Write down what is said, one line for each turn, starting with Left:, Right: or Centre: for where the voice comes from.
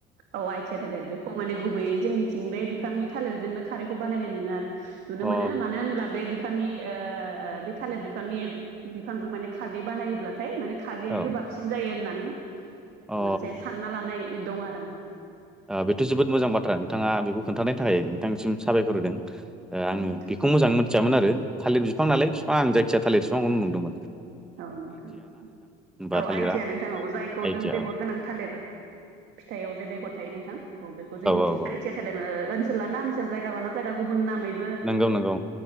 Right: औ आइथिया थालिर बेखौ माने गुबैयै जोंनिथिं बे बिफांनि थालेरजोंनो खारैखौ बानायनाय नुनो आरो नुनो
Centre: अ औ
Right: मोनो मानो होनब्ला बे बिफांनि बे थालिर बिफांनि बिफांजों माने खारदै बानायोब्लाथाय माने खारदैया
Centre: औ
Right: गोबाबसिन जायो होननानै
Centre: अ ओ
Right: मोनसे सानना लानाय दं आरो ना।
Centre: बेथ' जोबोद मोजां बाथ्रा नोंथाङा बेखौ खोन्थायनि थाखाय नोंथांनिसिम साबायखर होदों। आङो
Right: नोंथां
Centre: बेखौ मोजाङै मिथियामोन आरो थालिर बिफां नालाय बिफां आं जायखिया थालिर बिफांखौनो नंदों।
Right: औ नोंथां
Centre: होमबा
Right: औ
Centre: थालिरा
Right: आइटिया नोंथां औ जायखौ
Centre: आइटिया
Right: जों बेगर
Centre: औ
Right: गोनां थालिर फिथाइयाव जे बेगर थायो नोंथां औ बे जोंनिथिं
Centre: औ औ
Right: आइटिया थालिर ओनसोल लाना ओनसोल जायगा लाना जायगा गुबुन नाम ओइ
Centre: नंगौ नंगौ